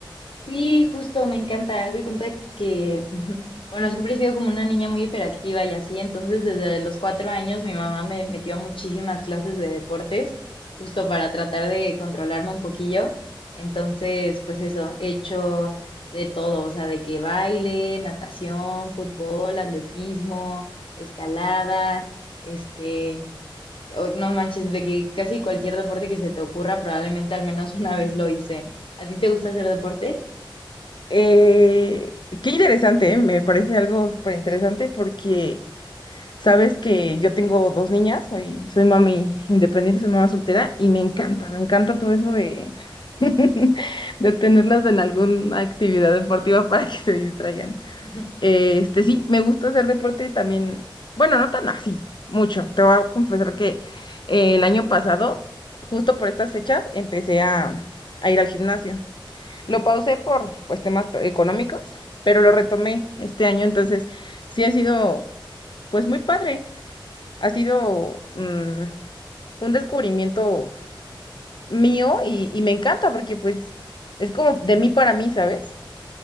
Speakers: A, on the left; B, on the left.
A: Sí, justo, me encanta. Haz de cuenta que, <laughs> bueno, siempre he sido como una niña muy hiperactiva y así, entonces desde los cuatro años mi mamá me metió a muchísimas clases de deportes, justo para tratar de controlarme un poquillo. Entonces, pues eso, he hecho de todo, o sea, de que baile, natación, fútbol, atletismo, escalada, este... O- No manches, de que casi cualquier deporte que se te ocurra, probablemente al menos una vez lo hice. ¿A ti te gusta hacer deporte?
B: Eh, qué interesante, ¿eh? Me parece algo súper interesante porque sabes que yo tengo dos niñas, soy, soy mami independiente, soy mamá soltera y me encanta, me encanta todo eso de, <laughs> de tenerlas en alguna actividad deportiva para que se distraigan.
A: <laughs>
B: Este, sí, me gusta hacer deporte también. Bueno, no tan así, mucho. Te voy a confesar que eh, el año pasado, justo por estas fechas, empecé a, a ir al gimnasio. Lo pausé por pues temas pe- económicos, pero lo retomé este año, entonces sí ha sido pues muy padre. Ha sido mm, un descubrimiento mío y, y me encanta porque pues es como de mí para mí, ¿sabes?